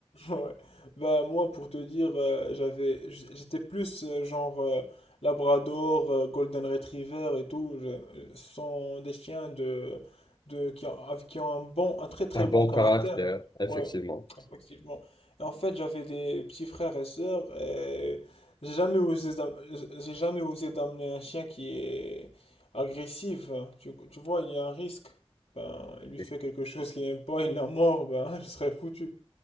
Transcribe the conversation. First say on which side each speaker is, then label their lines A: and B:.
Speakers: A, on the left; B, on the left.
A: Ouais. Bah moi pour te dire euh, j'avais j- j'étais plus euh, genre euh, Labrador, euh, Golden Retriever et tout, Je- ce sont des chiens de de qui ont, av- qui ont un bon un très très
B: Un bon
A: bon caractère.
B: caractère, effectivement.
A: Ouais, effectivement. Et en fait, j'avais des petits frères et sœurs et j'ai jamais osé d'am- j'ai jamais osé d'amener un chien qui est agressif. Tu, tu vois, il y a un risque. Ben, il lui
B: Ok.
A: fait quelque chose qu'il n'aime pas, il l'a mort, ben <laughs> je serais foutu.